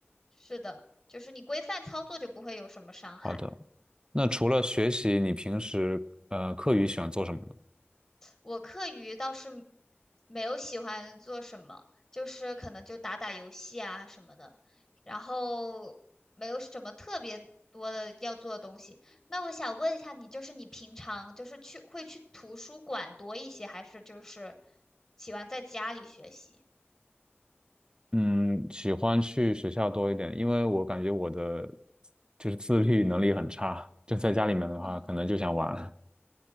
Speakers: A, on the left (about 30°); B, on the right (about 20°).
A: 是的，就是你规范操作就不会有什么伤害。
B: 好的，那除了学习，你平时呃课余喜欢做什么呢？
A: 我课余倒是没有喜欢做什么，就是可能就打打游戏啊什么的，然后没有什么特别多的要做的东西。那我想问一下你，就是你平常就是去会去图书馆多一些，还是就是喜欢在家里学习？
B: 嗯，喜欢去学校多一点，因为我感觉我的就是自律能力很差，就在家里面的话，
A: 嗯，
B: 可能就想玩了